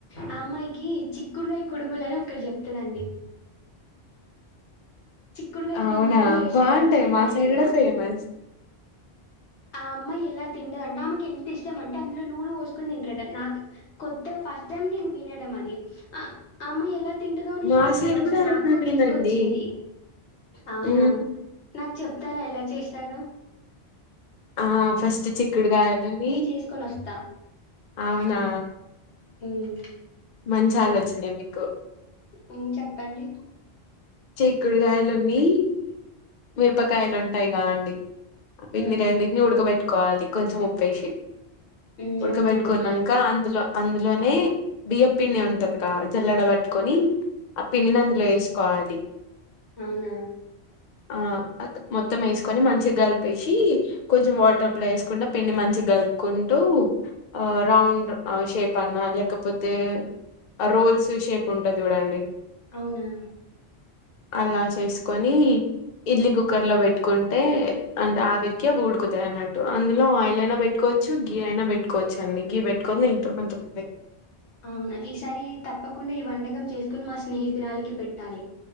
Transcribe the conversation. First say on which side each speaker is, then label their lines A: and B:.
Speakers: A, on the left; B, on the left.
A: ఆ అమ్మాయికి చి డుగాయ కుడుములని ఒక్కడి చెప్తాండి చిక్కుడుగాయ
B: అవునా
A: కుడుములని చేశారట
B: బాగుంటాయి
A: వాళ్ళ ఇంటి
B: మా
A: దగ్గర
B: సైడ్ కూడా ఫేమస్
A: ఆ అమ్మాయి ఎలా తింటదంటే ఆమెకు ఎంత ఇష్టం అంటే అందులో నూనె పోసుకొని తింటరట నాకు కొత్తగా ఫస్ట్ టైం నేను వినడం అది ఆ అమ్మాయి ఎలా తింటదో అని
B: మా
A: షాక్
B: సైడ్
A: అయ్యా ఒకసారి
B: కూడా అట్లానేనండి
A: నాకు తీసుకొచ్చింది అవునా
B: ఉమ్,
A: నాకు చెప్తారా ఎలా చేసారో
B: ఆ ఫస్ట్ చిక్కుడు కాయలుని
A: చేసుకొని వస్తా
B: అవునా
A: హ్మ్
B: మంచి ఆలోచనే మీకు
A: హ్మ్ చెప్పండి
B: చిక్కుడుకాయలున్ని మిరపకాయలు ఉంటాయి గా అండి ఇట్ని
A: మ్మ్,
B: రెండిటిని ఉడుకబెట్ కోవాలి కొంచెం ఉప్పేసి
A: మ్మ్,
B: ఉడకబెట్టుకున్నంక
A: అవునా అండి
B: అందులో అందులోనే బియ్యప్పిండి ఉంటదిగా జల్లెడ పట్టుకొని ఆ పిండిని అందులో వేసుకోవాలి
A: అవునా
B: ఆ మొత్తం వేసుకొని మంచిగా కలిపేసి కొంచెం వాటర్ అప్లా వేసుకుంటా పిండి మంచి కలుపుకుంటూ ఆ రౌండ్ షేప్ అన్నా లేకపోతే రోల్స్ షేప్ ఉంటా చూడండి
A: అవునా
B: అలా చేసుకొని ఇడ్లీ కుక్కర్ లో పెట్టుకుంటే అంటే ఆవిరికి అ ఉడుకుతాయి అన్నట్టు అందులో ఆయిల్ అయినా పెట్టుకోవచ్చు గి అయినా పెట్టుకోవచ్చు అండి గీ పెట్టుకొని ఇంత కొంతయి
A: అవునా ఈసారి తప్పకుండా ఈ వంటకం చేసుకుని మా స్నేహితురాలకి పెట్టాలి